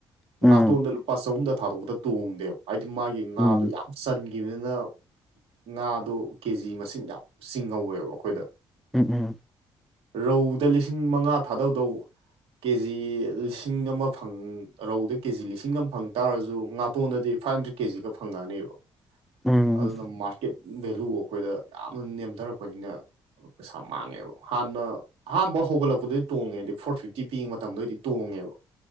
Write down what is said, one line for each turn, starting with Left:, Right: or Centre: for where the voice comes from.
Centre: ꯎꯝ
Right: ꯉꯥꯇꯣꯟꯗ ꯂꯨꯄꯥ ꯆꯍꯨꯝꯗ ꯊꯥꯗꯣꯛꯄꯗ ꯇꯣꯡꯗꯦꯕ ꯍꯥꯏꯗꯤ ꯃꯥꯒꯤ ꯉꯥꯗꯣ
Centre: ꯎꯝ
Right: ꯌꯥꯝ ꯆꯟ ꯒꯤꯕꯅꯤꯅ ꯉꯥꯗꯣ ꯀꯦ ꯖꯤ ꯃꯁꯤꯡ ꯌꯥꯝ ꯆꯤꯡꯍꯧꯋꯦꯕ ꯑꯩꯈꯣꯏꯗ
Centre: ꯎꯝ ꯎꯝ
Right: ꯔꯧꯗ ꯂꯤꯁꯤꯡ ꯃꯉꯥ ꯊꯥꯗꯗꯧ ꯀꯦ ꯖꯤ ꯂꯤꯁꯤꯡ ꯑꯃ ꯐꯪ ꯔꯧꯗ ꯀꯦ ꯖꯤ ꯂꯤꯁꯤꯡ ꯑꯃ ꯐꯪ ꯇꯥꯔꯖꯨ ꯉꯥꯇꯣꯟꯗꯗꯤ ꯐꯥꯏꯚ ꯍꯟꯗ꯭ꯔꯦꯠ ꯀꯦ ꯖꯤꯒ ꯐꯪꯉꯛꯑꯥꯅꯦꯕ
Centre: ꯎꯝ
Right: ꯑꯗꯨꯅ ꯃꯥꯔꯀꯦꯠ ꯚꯦꯂꯨ ꯑꯩꯈꯣꯏꯗ ꯌꯥꯝꯅ ꯅꯦꯝꯗꯔꯛꯄꯅꯤꯅ ꯄꯩꯁꯥ ꯃꯥꯡꯉꯦꯕ ꯍꯥꯟꯅ ꯑꯍꯥꯟꯕ ꯍꯧꯒꯠꯂꯛꯄꯗꯗꯤ ꯇꯣꯡꯉꯦ ꯐꯣꯔ ꯐꯤꯐꯇꯤ ꯄꯤꯛꯏ ꯃꯇꯝꯗ ꯑꯣꯏꯔꯗꯤ ꯇꯣꯡꯉꯦꯕ